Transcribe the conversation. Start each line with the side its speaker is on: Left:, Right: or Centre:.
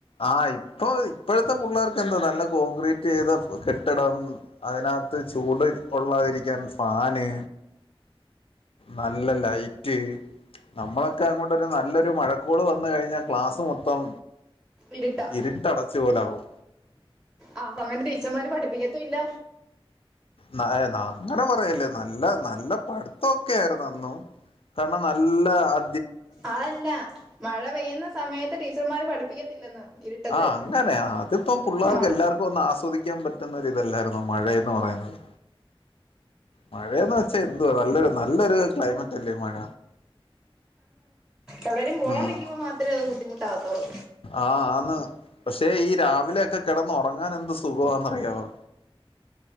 Left: ആ ഇപ്പൊ ഇപ്പഴത്തെ പുള്ളാർക്ക് എന്താ നല്ല കോൺക്രീറ്റ് ചെയ്ത ഫ് കെട്ടിടം അതിനകത്ത് ചൂട് കൊള്ളാതിരിക്കാൻ ഫാന് നല്ല ലൈറ്റ് നമ്മളൊക്കെ അങ്ങോട്ടൊരു നല്ലൊരു മഴക്കോള് വന്ന് കഴിഞ്ഞാ ക്ലാസ് മൊത്തം
Centre: ഇരുട്ടാ
Left: ഇരുട്ടടച്ചു പോലെ ആവും.
Centre: ആ <unintelligible> ടീച്ചർമാര് പഠിപ്പിക്കത്തും ഇല്ല.
Left: ന ന അങ്ങനെ പറയല്ലേ നല്ല നല്ല പട്ത്തൊക്കെ ആയിരുന്നു അന്നും കാരണം നല്ല അ
Centre: അഅല്ല മഴ പെയ്യുന്ന സമയത്ത് ടീച്ചർമാര് പഠിപ്പിക്കത്തില്ലെന്ന് ഇരുട്ടത്ത്
Left: ആ അങ്ങനെ അതിപ്പം പുള്ളാർക്ക്
Centre: ആ
Left: എല്ലർക്കും ഒന്ന് ആസ്വദി ക്കാൻ പറ്റുന്ന ഒര് ഇതല്ലായിര്ന്നോ മഴയെന്ന് പറയുന്നത് മഴയെന്ന് വെച്ചാ എന്തോ നല്ലൊരു നല്ലൊരു ക്ലൈമറ്റ് അല്ലേ മഴ
Centre: എവിടെലും പോവാൻ
Left: ഉം
Centre: നിക്കിമ്പോ മാത്രേ അത് ബുദ്ധി ദ്ധിമ്മുട്ടാകത്തൊള്ളു.
Left: ആ ആന്ന് പക്ഷെ ഈ രാവിലെയൊക്കെ കെടന്ന് ഒറങ്ങാൻ എന്ത് സുഖവാന്ന് അറിയാവോ